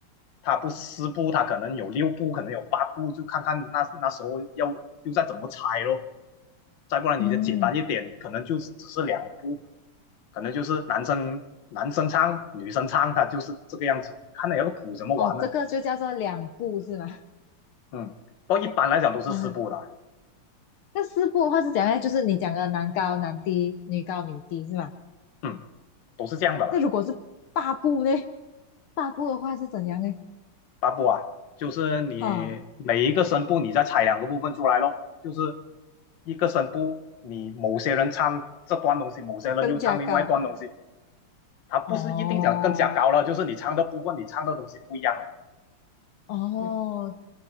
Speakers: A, on the left; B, on the left.
A: 它不是四部，它可能有六部，可能有八部，就看看那那时候要又再怎么拆咯，再不然你就简单一点，
B: 嗯，
A: 可能就只是两部，可能就是男生男生唱，女生唱，它就是这个样子，看你要个谱怎么玩呢？
B: 哦，这个就叫做两步是吗？
A: 嗯，不过一般来讲都是四步的，
B: 哦，那四步的话是怎样呢？就是你讲的男高男低，女高女低是吗？
A: 嗯，都是这样的啦，
B: 那如果是八步呢？八步的话是怎样呢？
A: 八步啊，就是你每一个声部你再拆两个部分出来咯，
B: 哈，
A: 就是一个声部，你某些人唱这段东西，某些人又唱另外一段东西，
B: 更加高。
A: 它不是一定讲更加高了，
B: 哦
A: 就是你唱的部分，你唱的东西不一样了，
B: 哦，
A: 嗯，